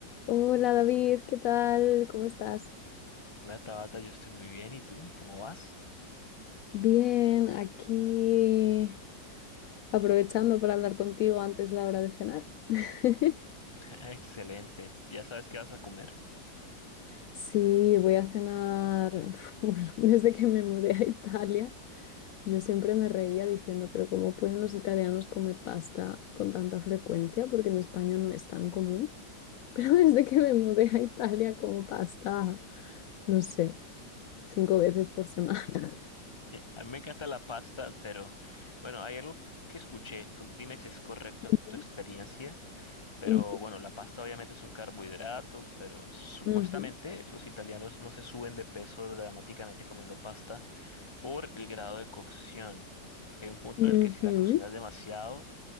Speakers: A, on the left (about 70°); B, on the left (about 15°).
A: Hola David, ¿qué tal? ¿Cómo estás?
B: Hola Tabata, yo estoy muy bien. ¿Y tú? ¿Cómo vas?
A: Bien, aquí aprovechando para hablar contigo antes de la hora de cenar. <laughs>
B: <laughs> Excelente. ¿Ya sabes qué vas a comer?
A: Sí, voy a cenar. uf, Bueno, <laughs> desde que me mudé a Italia, yo siempre me reía diciendo, pero ¿cómo pueden los italianos comer pasta con tanta frecuencia? Porque en España no es tan común. Pero <laughs> desde que me mudé a Italia como pasta, no sé, cinco veces por semana.
B: A mí me encanta la pasta, pero bueno, hay algo que escuché. Tú dime si es correcto
A: <laughs>
B: en tu experiencia. Pero
A: Ujú,
B: bueno, la pasta obviamente es un carbohidrato, pero supuestamente
A: ujú,
B: los italianos no se suben de peso dramáticamente comiendo pasta por el grado de cocción. Porque hay un punto
A: ujú,
B: en el que si
A: ujú.
B: la cocinas demasiado,